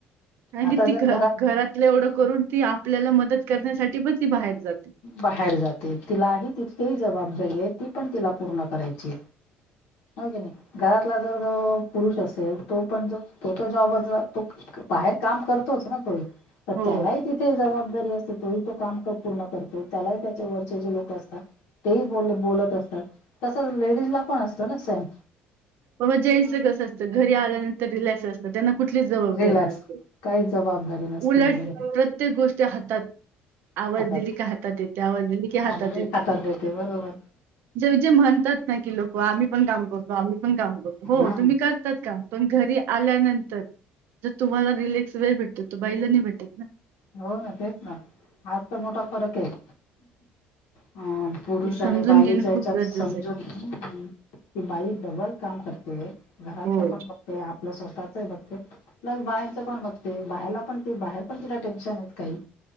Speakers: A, on the right (about 60°); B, on the left (about 80°).
A: कार
B: आता
A: की ती
B: जर
A: घ घरात एवढं करून ती आपल्याला मदत करण्यासाठी पण ती बाहेर जाते.
B: बाहेर जाते तिलाही तिथली जबाबदारी आहे ती पण तिला पूर्ण करायची आहे. के नाही घरातला जर पुरुष असेल तो पण जो तो तो जबदला तो बाहेर काम करतोच ना तोय तर
A: हो.
B: त्यालाही तिथे जबाबदारी असे तो तो काम पूर्ण. पतो त्याला त्याच्या वरचे जे लोक असतात. तेही बोल बोलत असतात तसं लेडीजला पण असतं ना सेम
A: बाबा जेंच कस असतं घरी आल्यानंतर रिलॅक्स असत. त्यांना कुठलीच जबाबदारी
B: रिलॅक्स
A: नसते
B: काहीच जबाबदारी नसते
A: उलट
B: एवढी
A: प्रत्येक गोष्टी हातात. आवाज
B: हातात
A: दिली का हातात येते आवाज दिली की हातात
B: आणि बाई
A: येते.
B: देते बरोबर
A: जे जे म्हणतात ना की लोक आम्ही पण काम करतो आम्ही पण काम करतो हो
B: हा
A: तुम्ही कर काम पण घरी आल्यानंतर जर तुम्हाला रिलक्स वेळ भेटतो. तू बाईला नाही भेटे ना.
B: हो ना तेच ना आज तर मोठा फरक आहे ह पुरुष
A: ते समजून
B: आणि बाईच्या
A: घेणं
B: हेच्यात
A: खूप गरजेचं
B: समजून
A: आहे
B: की बाई डबल काम करते, घरातलं
A: हो
B: पण बघते आपलस स्वतःच बघते प्लस बाहेरच पण बघते बाहेरला पण ते बाहेर पण. टेन्शन आहेत काही